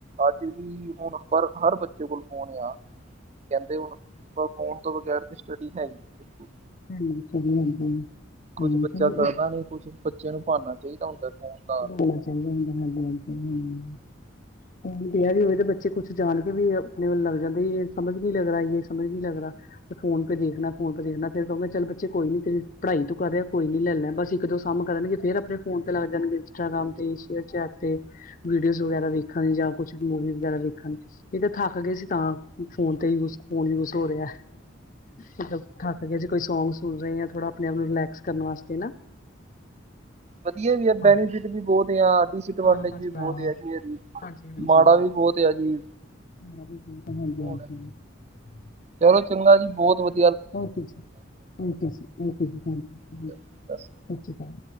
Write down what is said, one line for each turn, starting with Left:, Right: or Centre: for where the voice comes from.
Right: ਅੱਜ ਵੀ ਹੁਣ ਪਰ ਹਰ ਬੱਚੇ ਕੋਲ ਫੋਨ ਆ ਕਹਿੰਦੇ ਹੁਣ ਫੋਨ ਤੋਂ ਬਗੈਰ ਤੇ ਸਟੱਡੀ ਹੈ ਹੀ ਨੀ ਬਿਲਕੁਲ।
Left: <unintelligible>
Right: ਕੁਛ
Left: ਹੂੰ
Right: ਬੱਚਾ
Left: ਚਲੋ
Right: ਕਰਦਾ
Left: ਇੱਕ
Right: ਨੀ ਕੁਛ ਬੱਚਿਆਂ ਨੂੰ ਬਹਾਨਾ ਚਾਹੀਦਾ ਹੁੰਦਾ ਫੋਨ ਦਾ
Left: <unintelligible> ਵਿਹ ਵੀ ਹੋਵੇ ਤਾਂ ਬੱਚੇ ਕੁੱਛ ਜਾਣ ਕੇ ਵੀ ਆਪਣੇ ਵੱਲ ਲੱਗ ਜਾਂਦੇ ਇਹ ਸਮਝ ਨੀ ਲੱਗਦਾ ਸਮਝ ਨੀ ਲੱਗਦਾ। ਫੋਨ ਪੇ ਦੇਖਣਾ ਫੋਨ ਪੇ ਦੇਖਣਾ ਫੇਰ ਕਹਗੇ ਚੱਲ ਬੱਚੇ ਕੋਈ ਨੀ ਤੇਰੀ ਪੜ੍ਹਾਈ ਕਰ ਰਿਹਾ ਕੋਈ ਨੀ ਲੈ ਲੈ ਬਸ। ਇੱਕ ਦੋ ਸਮ ਕਰਨਗੇ ਫੇਰ ਅਪਣੇ ਫੋਨ ਤੇ ਲੱਗ ਜਾਣਗੇ। ਇੰਸਟਾਗ੍ਰਾਮ ਤੇ ਸ਼ੇਯਰਚੈਟ ਤੇ ਵੀਡੀਓਜ਼ ਵਗੈਰਾ ਵੇਖਣ ਯਾ ਕੁਛ ਮੂਵੀ ਵਗੈਰਾ ਵੇਖਣ ਇਹ ਤਾਂ ਥੱਕ ਗਏ ਸੀ ਤਾਂ ਫੋਨ ਤੇ ਯੁ ਫੋਨ ਯੂਜ ਹੋ ਰਿਆ। ਮਤਲਬ ਥਕ ਜੇ ਅਸੀਂ ਕੋਈ ਸੌਂਗ ਸੁਣ ਰਏ ਆ ਥੋੜਾ ਅਪਣੇ ਆਪ ਨੂੰ ਰਿਲੈਕਸ ਕਰਨ ਵਾਸਤੇ ਨਾ।
Right: ਵਦੀਆ ਵੀ ਆ ਬੈਨੀਫਿਟ
Left: ਹਾਂ
Right: ਵੀ ਬੌਤ ਆ। ਡਿਸਐਡਵਾਂਟੇਜ
Left: ਹਾਂ ਬਸ
Right: ਵੀ
Left: ਭਰਾ,
Right: ਬੌਤ ਆ ਜੀ ਐਦੀ,
Left: ਹਾਂਜੀ ਹਾਂਜੀ
Right: ਮਾੜਾ ਵੀ ਬੌਤ ਆ ਜੀ।
Left: <unintelligible>
Right: ਹੁਣ ਚਲੋ ਚੰਗਾ ਜੀ ਬੌਤ ਵ
Left: ਓਕੇ ਜੀ, ਓਕੇ ਜੀ, ਓਕੇ ਜੀ, ਥੈਂਕ ਯੂ
Right: ਕਰਕੇ
Left: ਸਾ ਸ੍ਰੀ ਕਾਲ।